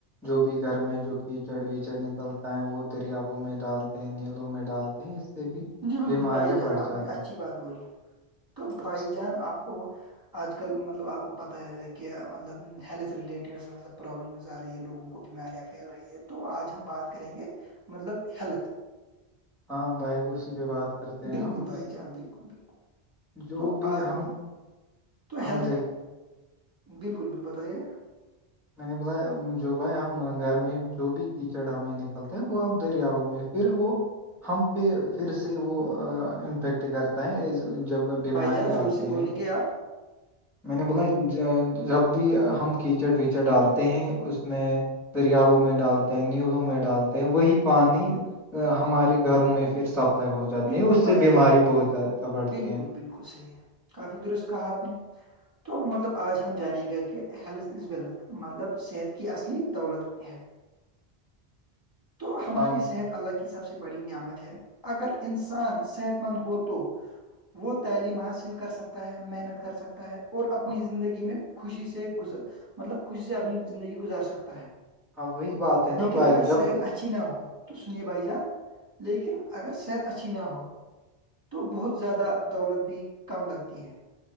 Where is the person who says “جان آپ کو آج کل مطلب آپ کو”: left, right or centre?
Right